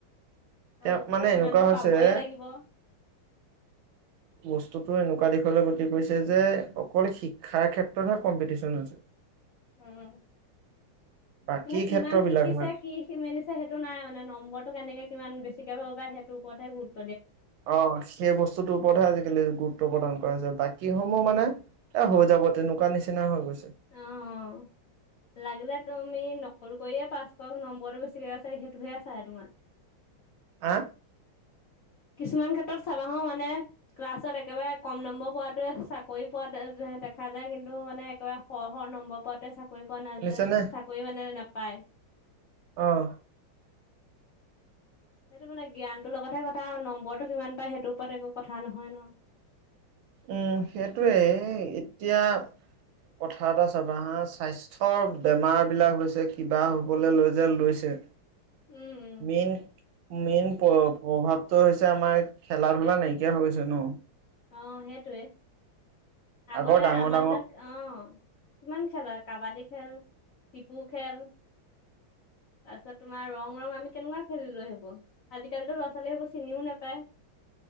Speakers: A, on the right; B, on the left.
A: তেওঁ
B: আমুকতটো
A: মানে
B: ইমানতো
A: এনেকুৱা হৈছে
B: পাবই লাগিব।
A: বস্তুতটো এনেকুৱা দিশলৈ গতি কৰিছে যে অকল শিক্ষাৰ ক্ষেত্ৰতহে কম্পিটিশন হৈছে।
B: উম।
A: বাকী
B: মানে কিমান
A: ক্ষেত্ৰ বিলাক
B: শিকিছে
A: মানে
B: কি মেলিছে সেইটো নাই মানে নম্বৰটো কেনেকে কিমান বেছি। চিকে পাবা সেই ওৰতে।
A: অ', সেই বস্তু তৰ ওপৰতহে আজিকালি গুৰুত্ব প্ৰদান। বাকী সমূহ মানে এ হৈ যাব তেনেকুৱা নিচিনা হৈ গৈছে।
B: অ', লাগল তমি ন। কল কৰিয়ে পাছ কৰক নম্বৰটো বেছিকৈ আছে সেইটোহে আছে তোমাৰ।
A: হা?
B: কিছুমান ক্ষেত্ৰত চাবা হো মানে ক্লাছত একেবাৰে কম নম্বৰ পোৱাাতোৱে চাকৰি পোৱা। দেখা যায় কিন্তু মানে। একাৰে শ শ নম্বৰ পাতে চাকৰি পোৱা নাযায়
A: শুনিছানে
B: চাকৰি মানে নাপায়।
A: আহ।
B: সেইটো মানে জ্ঞানটোৰ লগতহে কথা আৰু নম্বৰটো কিমান পায় সেইটোৰ ওপৰত একো কথা নহয় ন।
A: উম, সেইটোৱে এতিয়া। কথা এটা চাবা হা স্বাস্থ্যৰ বেমাৰ বিলাক হৈছে কিবা হবলৈ লৈ যে লৈছে।
B: উম উম।
A: মেইন মেইন প্ৰভাৱটো হৈছে আমাৰ খেলা ধূলা নাইকিয়া হৈ গৈছে ন
B: অ সেইটোৱে আগতে
A: আগৰ ডাঙৰ
B: আমাৰ
A: ডাঙৰ
B: দিনত অ কিমান খেলত কাবাডী খেল টিপু খেল তাৰপিছত তোমাৰ ৰং ৰং আমি কেনেকুৱা খেলিলো সেইবোৰ আজিকালিো ল'ৰা ছোৱালীয়ে সেইবোৰ চিনিও নোপায় <inaudible>